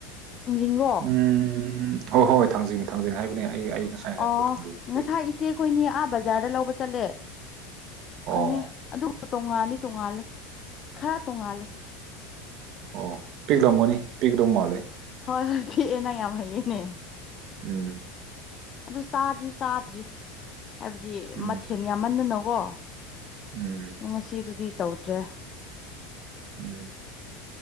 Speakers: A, on the left (about 30°); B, on the right (about 45°).
A: ꯍꯪꯅꯤꯡꯔꯣ
B: ꯎꯝ ꯍꯣꯏ ꯍꯣꯏ ꯍꯣꯏ ꯊꯥꯡꯖꯉꯦ ꯊꯥꯡꯖꯅꯤꯡꯦ ꯍꯥꯏꯕꯅꯦ ꯑꯩ ꯉꯁꯥꯏ ꯍꯥꯏꯕꯗꯣ
A: ꯑꯣ
B: ꯊꯥꯡꯖꯤꯡ ꯍꯥꯏꯗꯣꯏꯅꯦ
A: ꯉꯁꯥꯏ ꯏꯆꯦ ꯑꯩꯈꯣꯏꯅꯤ ꯑꯥ ꯕꯖꯥꯔꯗ ꯂꯧꯕ ꯆꯠꯂꯦ ꯐꯪꯉꯦ
B: ꯑꯣ
A: ꯑꯗꯨꯕꯨ ꯇꯣꯉꯥꯟꯗꯤ ꯇꯣꯡꯉꯥꯜꯂꯦ ꯈꯔ ꯇꯣꯉꯥꯜꯂꯦ
B: ꯑꯣ ꯄꯤꯛ ꯂꯝꯒꯣꯅꯤ ꯄꯤꯛ ꯂꯝ ꯃꯥꯣꯂꯦ
A: ꯍꯣꯏ ꯍꯣꯏ ꯄꯤꯛꯑꯦ ꯅꯪ ꯌꯥꯝ ꯍꯩꯌꯦꯦꯅꯦ
B: ꯎꯝ
A: ꯑꯗꯨ ꯆꯥꯗꯤ ꯆꯥꯗ꯭ꯔꯤ ꯍꯥꯏꯕꯗꯤ
B: ꯎꯝ
A: ꯃꯊꯦꯜ ꯌꯥꯝꯃꯟꯗꯅꯀꯣ
B: ꯎꯝ
A: ꯉꯁꯤ ꯑꯗꯨꯗꯤ ꯇꯧꯗ꯭ꯔꯦ
B: ꯎꯝ